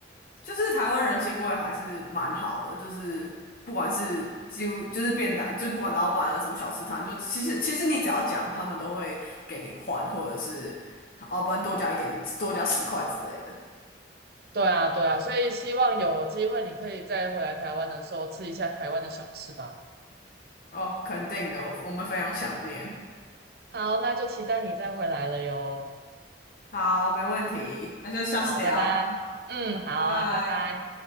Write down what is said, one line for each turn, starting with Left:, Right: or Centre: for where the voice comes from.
Left: 就是台湾人情味还是蛮好的，就是不管是几乎就是便当，就不管老板啊什么小吃摊，就其实其实你只要讲，他们都会给你换，或者是哦，不然多加一点点，多加十块之类的。
Right: 对啊，对啊，所以希望有机会你可以再回来台湾的时候吃一下台湾的小吃吧。
Left: 哦，肯定的，我我们非常想念。
Right: 好，那就期待你再回来了哟。
Left: 好，没问题，那就下次聊，
Right: 好，拜拜。嗯，好啊，
Left: 拜。
Right: 拜拜。